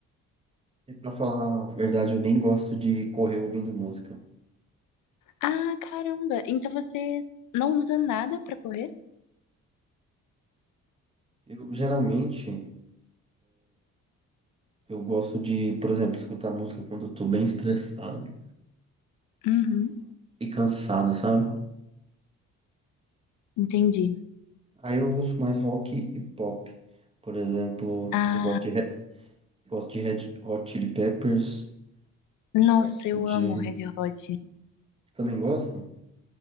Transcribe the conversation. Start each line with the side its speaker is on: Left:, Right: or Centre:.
Right: E pra falar a verdade, eu nem gosto de correr ouvindo música.
Left: Ah, caramba! Então você não usa nada pra correr?
Right: Eu geralmente eu gosto de, por exemplo, escutar música quando eu tô bem estressado
Left: Uhum,
Right: e cansado, sabe?
Left: entendi.
Right: Aí eu uso mais rock e pop. Por exemplo,
Left: Ah,
Right: eu gosto de, Re- gosto de Red Hot Chili Peppers,
Left: nossa,
Right: gosto
Left: eu
Right: de.
Left: amo Red Hot.
Right: Também gosto?